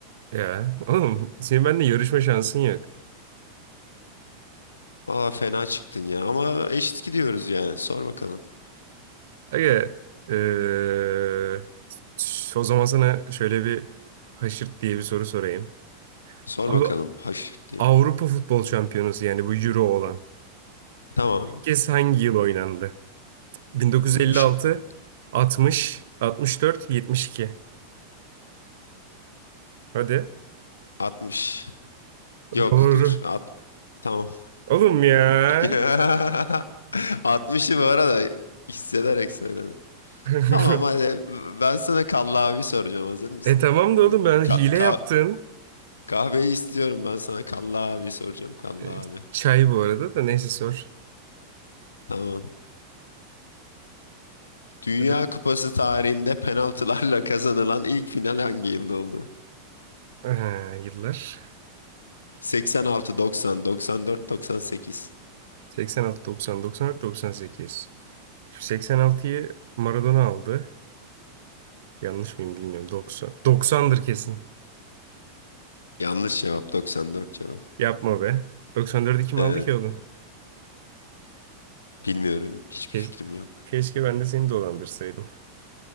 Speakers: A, on the right; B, on the left.
A: Ya oğlum senin benimle yarışma şansın yok.
B: Valla fena çıktın ya ama eşit gidiyoruz yani. Sor bakalım.
A: Aga eee, o zaman sana şöyle bir haşırt diye bir soru sorayım.
B: Sor
A: Abi
B: bakalım haş diye.
A: Avrupa Futbol Şampiyonası yani bu Euro olan
B: Tamam.
A: ilk kez hangi yıl oynandı? 1956,
B: Hmm, şıklar.
A: 60, 64, 72. Hadi.
B: 60. Yok
A: Doğru.
B: dur. At, tamam.
A: Oğlum ya.
B: <laughs> 60'ı bu arada hissederek söyledim.
A: <laughs>
B: Tamam hadi ben sana kallavi soracağım. Hazır mısın?
A: E tamam da oğlum ben
B: Ka-
A: hile
B: ka-
A: yaptın.
B: kahveyi istiyorum ben sana kallavi soracağım kallavi.
A: E, Çay bu arada da neyse sor.
B: Tamam. Dünya
A: Hadi.
B: Kupası tarihinde penaltılarla <laughs> kazanılan ilk final hangi yılda oldu?
A: Aha, yıllar.
B: 86, 90, 94, 98.
A: 86, 90, 94, 98. Şu 86'yı Maradona aldı. Yanlış mıyım bilmiyorum. 90. 90'dır kesin.
B: Yanlış cevap 94 cevap.
A: Yapma be. 94'ü kim
B: Evet,
A: aldı ki oğlum?
B: bilmiyorum. Hiçbir
A: Ke-
B: fikrim yok.
A: Keşke ben de seni dolandırsaydım.